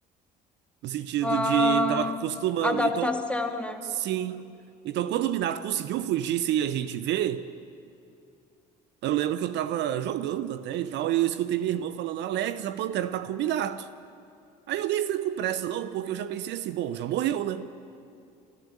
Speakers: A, on the right; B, in the centre.
A: <laughs> no sentido
B: a
A: de estava acostumando.
B: adaptação,
A: Então,
B: né?
A: sim. Então, quando o Minato conseguiu fugir sem a gente ver. Eu lembro que eu tava jogando até e tal, e eu escutei minha irmã falando, Alex, a Pantera tá com o Minato. Aí eu nem fui com pressa, não, porque eu já pensei assim, bom, já morreu, né?